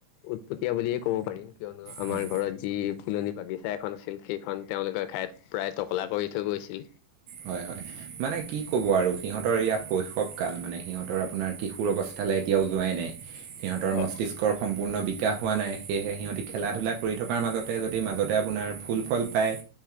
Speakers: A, on the left (about 85°); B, on the right (about 75°).
A: উৎপটীয়া বুলিয়ে ক'ব পাৰি কিয়নো আমাৰ
B: হয়
A: ঘৰত যি ফুলনি বাগিচা ঠাই এখন আছিল সেইখন তেওঁলোকৰ ঠাইত প্ৰায় টকলা কৰি থৈ গৈছিল
B: হয় হয় মানে কি কব আৰু সিহঁতৰ ইয়া কাল মানে সিহঁতৰ আপোনাৰ কিশোৰ অস্থালৈ এতিয়াও যোৱাই নাই সিহঁতৰ
A: হয়
B: মস্তিষ্কৰ সম্পূৰ্ণ শিকা হোৱা নাই সেয়েহে সিহঁতি খেলা ধূলা কৰি থকাৰ মাজতে যদি মাজতে আপোনাৰ ফুল ফল পায়